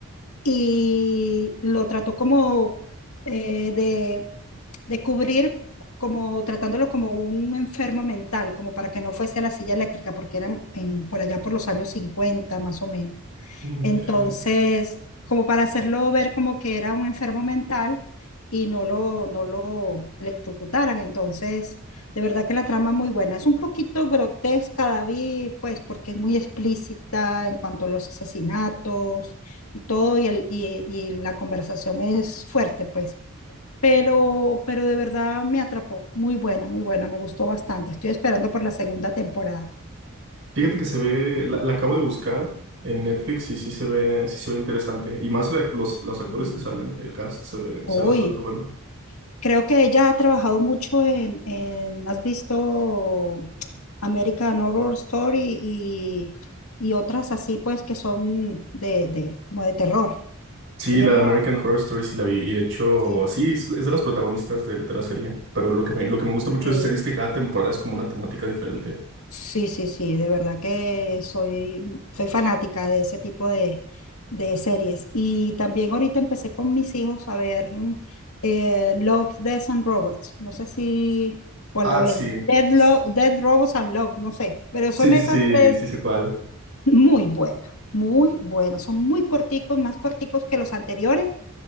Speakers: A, on the left (about 80°); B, on the right (about 55°).
A: y lo trató como eh, de, de cubrir, como tratándolo como un enfermo mental, como para que no fuese a la silla eléctrica, porque eran en, por allá por los años 50 más o menos.
B: Mm,
A: Entonces,
B: ya, ya.
A: como para hacerlo ver como que era un enfermo mental y no lo, no lo electrocutaran. Entonces, de verdad que la trama es muy buena. Es un poquito grotesca, David, pues porque es muy explícita en cuanto a los asesinatos y todo, y, el, y, y la conversación es fuerte, pues. Pero, pero de verdad me atrapó. Muy buena, muy buena. Me gustó bastante. Estoy esperando por la segunda temporada.
B: Fíjate que se ve, la, la acabo de buscar en Netflix y sí se ve, sí se ve interesante. Y más la- los, los actores
A: Mm,
B: que salen, el cast se ve,
A: Uy,
B: se ve bastante bueno.
A: Creo que ella ha trabajado mucho en, en- ¿has visto American Horror Story y, y otras así, pues, que son de, de, como de terror?
B: Sí,
A: Ella
B: la
A: trabaja,
B: de American Horror Story sí la vi. Y de hecho,
A: sí,
B: sí, es, es de las protagonistas de, de la serie. Pero lo que me, lo que me gusta mucho
A: sí.
B: de esa serie es que cada temporada es como una temática diferente.
A: Sí, sí, sí, de verdad que soy, soy fanática de ese tipo de, de series. Y también ahorita empecé con mis hijos a ver mm, eh, Love, Death and Robots. No sé si, o
B: Ah,
A: al revés,
B: sí.
A: Dead, Lo-
B: S-
A: Dead Robots and Love, no sé, pero son
B: Sí,
A: esas
B: sí, sí,
A: tres.
B: sí sé cuál.
A: Muy buena, muy buena. Son muy corticos, más corticos que los anteriores,